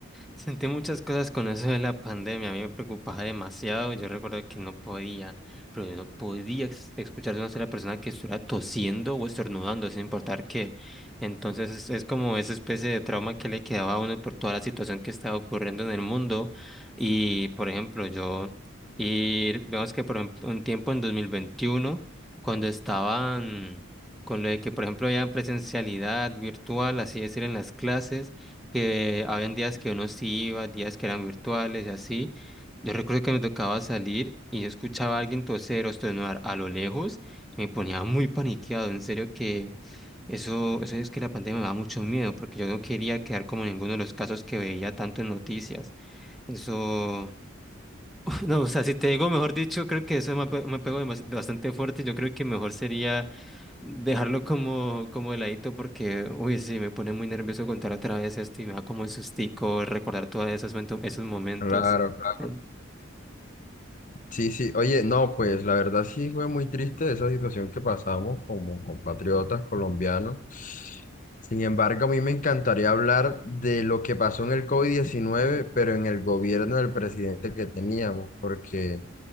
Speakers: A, in the centre; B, on the left.
A: sentí muchas cosas con eso de la pandemia. A mí me preocupaba demasiado. Yo recuerdo que no podía, pero yo no podía ex- escuchar de una sola persona que estuviera tosiendo o estornudando, sin importar qué. Entonces es, es como esa especie de trauma que le quedaba a uno por toda la situación que estaba ocurriendo en el mundo. Y, por ejemplo, yo, y vemos que, por ejemplo, un tiempo en 2021 cuando estaban con lo de que, por ejemplo, había presencialidad virtual, así decir, en las clases, que habían días que uno sí iba, días que eran virtuales y así. Yo recuerdo que me tocaba salir y yo escuchaba a alguien toser o estornudar a lo lejos, me ponía muy paniqueado, en serio que eso, eso es que la pandemia me da mucho miedo, porque yo no quería quedar como en ninguno de los casos que veía tanto en noticias. Eso, no, o sea, si te digo, mejor dicho, creo que eso me, pe- me pegó demas- bastante fuerte. Yo creo que mejor sería dejarlo como, como de ladito porque, uy, sí, me pone muy nervioso contar otra vez esto y me da como un sustico recordar todos esos, momento- esos momentos.
B: Claro, claro.
A: Mm.
B: Sí, sí. Oye, no, pues la verdad sí fue muy triste esa situación que pasamos como compatriotas colombianos. Sin embargo, a mí me encantaría hablar de lo que pasó en el covid diecinueve pero en el gobierno del presidente que teníamos, porque